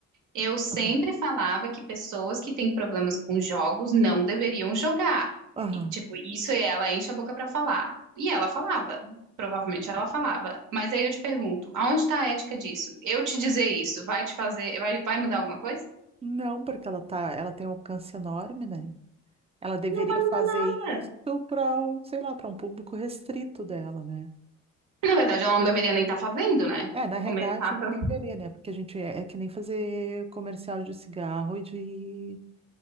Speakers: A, on the right (about 80°); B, on the right (about 20°).
A: Eu sempre
B: aham,
A: falava que pessoas que têm problemas com jogos não deveriam jogar.
B: aham.
A: E, tipo, isso ela enche a boca pra falar. E ela falava. Provavelmente ela falava. Mas aí eu te pergunto, aonde tá a ética disso? Eu te dizer isso, vai te fazer, vai, vai mudar alguma coisa?
B: Não, porque ela tá, ela tem um alcance enorme, né? Ela deveria
A: Não vai mudar
B: fazer
A: nada.
B: isso para um, sei lá, para um público restrito dela, né?
A: Na verdade, ela não deveria nem estar fazendo, né?
B: É, na realidade
A: Começar
B: não
A: pelo.
B: deveria, né? Porque a gente é, é que nem fazer comercial de cigarro e de,